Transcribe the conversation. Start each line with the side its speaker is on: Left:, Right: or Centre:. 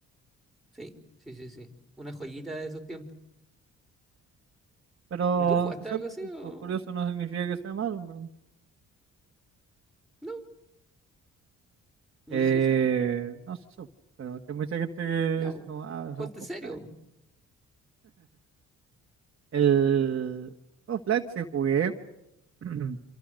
Centre: Sí, sí, sí, sí. Una joyita de esos tiempos.
Right: Pero
Centre: ¿Y tú jugaste
Right: que sea
Centre: algo
Right: cu-
Centre: así o...?
Right: cu- curioso no significa que sea malo,
Centre: No, no
Right: Eh,
Centre: dije eso.
Right: no sé eso, pero que hay mucha gente que
Centre: Ya,
Right: dice
Centre: po.
Right: como, ah,
Centre: Ponte
Right: son juegos
Centre: serio.
Right: Flash. El juego Flash sí jugué, <clears throat> me